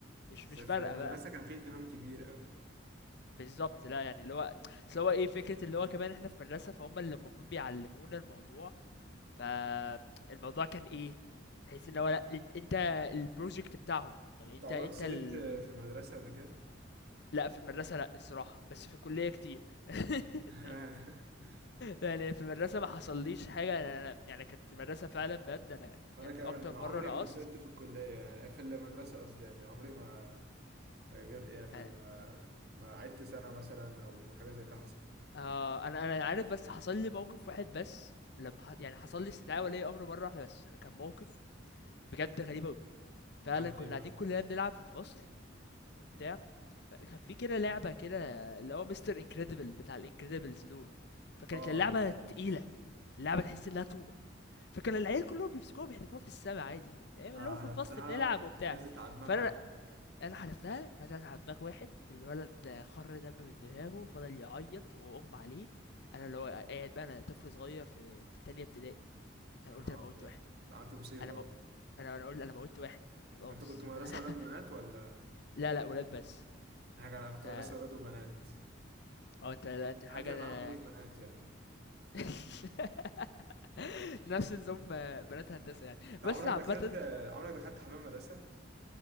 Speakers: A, on the left; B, on the right.
A: مش
B: بس
A: مش
B: في
A: فارقة
B: المدرسه
A: بقى
B: كان فيه اهتمام كبير قوي
A: بالظبط لا يعني اللي هو اصل هو ايه فكرة اللي هو كمان احنا في مدرسة فهم اللي المفروض بيعلمونا الموضوع فالموضوع كان ايه تحس ان هو لا إن- انت البروجكت بتاعهم يعني
B: انت
A: انت
B: عمرك
A: انت
B: سقطت
A: ال...
B: في المدرسه قبل كده
A: لا في المدرسة لا الصراحة بس في الكلية كتير <laughs>
B: <laughs>
A: يعني في المدرسة ما حصليش حاجة انا أنا- يعني كان في المدرسة فعلا بجد انا
B: وانا
A: كان
B: كمان
A: اكتر
B: أنا
A: مرة
B: عمري
A: نقصت
B: ما سقطت في الكليه يعني في المدرسه قصدي يعني عمري ما ما جب- يعني
A: يعني
B: ما ما عدت سنه مثلا او حاجه زي كده حصلت
A: آه انا انا عارف بس حصل لي موقف واحد بس لما ح... يعني حصل لي استدعاء ولي امر مرة واحدة بس كان موقف بجد غريب اوي فعلا
B: عملت
A: كنا
B: ايه
A: قاعدين
B: بقى
A: كلنا بنلعب في الفصل وبتاع فكان في كده لعبة كده اللي هو مستر انكريدبل بتاع الانكريدبلز دول فكانت
B: اه
A: اللعبة تقيلة اللعبة تحس انها طوبة فكان العيال كلهم بيمسكوها بيحدفوها في السما عادي فاهم اللي هو
B: حلفتها
A: في الفصل بنلعب وبتاع
B: نزلت على دماغي
A: فانا
B: وانا
A: انا حذفتها نزلت على دماغ واحد الولد ده خر دم من دماغه فضل يعيط واغمى عليه انا اللي هو قاعد بقى انا طفل صغير في في تانية ابتدائي انا
B: يا
A: قلت
B: نهار
A: انا موتت
B: ابيض
A: واحد
B: ده عملت مصيبه
A: انا مو... انا انا قلت انا موتت واحد خلاص
B: انت كنت مدرسه
A: انا
B: ولاد وبنات
A: <laughs>
B: ولا
A: لا لا ولاد بس
B: حاجه انا كنت
A: ف اه
B: مدرسه ولاد وبنات
A: انت لا انت
B: البنات
A: حاجة
B: اللي
A: يعني
B: معانا ما كانوش بنات يعني
A: <laughs> نفس نظام بنات هندسة يعني
B: انت
A: بس
B: عمرك
A: عامة
B: دخلت عمرك دخلت حمام مدرسه